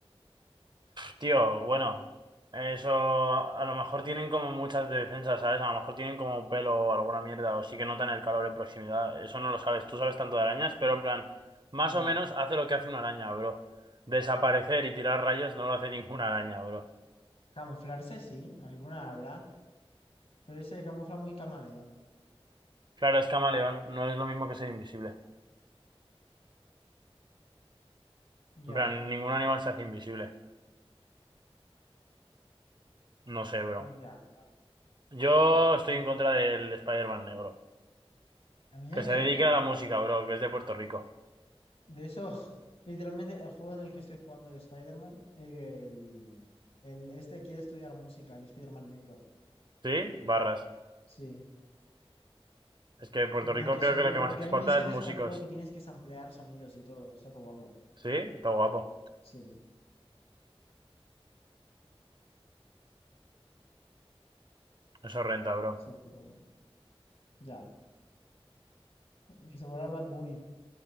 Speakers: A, on the right; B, on the left.
A: Tío, bueno, eso a lo mejor tienen como muchas defensas, ¿sabes? A lo mejor tienen como un pelo o alguna mierda, o sí que notan el calor en proximidad. Eso no lo sabes. Tú sabes tanto de arañas, pero en plan, más
B: No,
A: o menos hace lo que hace una araña, bro. Desaparecer y tirar rayos no lo hace ninguna araña, bro.
B: camuflarse sí, alguna habrá, pero ese camufla muy camaleón.
A: Claro, es camaleón, no es lo mismo que ser invisible.
B: Ya,
A: En plan, ningún animal se hace invisible. No sé, bro.
B: mm, ya, claro,
A: Yo
B: no sé.
A: estoy
B: movi-
A: en contra del Spider-Man negro,
B: A mí me
A: que
B: cae
A: se dedica
B: bien.
A: a la música, bro, que es de Puerto Rico.
B: De eso, <laughs> literalmente, el juego en el que estoy jugando de Spider-Man, el, el, este quiere estudiar música, el Spider-Man negro.
A: ¿Sí? Barras.
B: Sí.
A: Es que Puerto
B: Y como
A: Rico
B: que
A: creo
B: su-
A: que lo
B: y
A: que
B: como
A: más
B: que
A: exporta
B: hay misiones
A: es músicos.
B: en el juego que tienes que samplear sonidos y todo. Está todo guapo.
A: ¿Sí? Todo guapo.
B: Sí,
A: Eso renta, bro.
B: sí, pero bueno. Ya. Que se vuelva Bad Bunny.